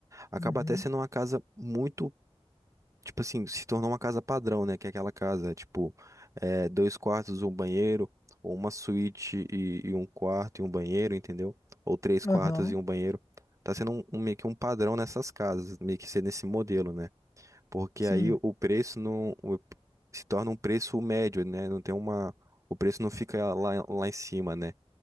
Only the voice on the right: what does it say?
acaba
até sendo uma casa muito, tipo assim, se tornou uma casa padrão, né, que é aquela casa, tipo, é, dois quartos, um banheiro, ou uma suíte e, e um quarto e um banheiro, entendeu? Ou três quartos
e um banheiro. Tá sendo um, um- meio que um padrão nessas casas, meio que ser nesse modelo, né? porque
aí o preço não o- se torna um preço médio, né? Não tem uma, o preço não fica lá, lá em cima, né?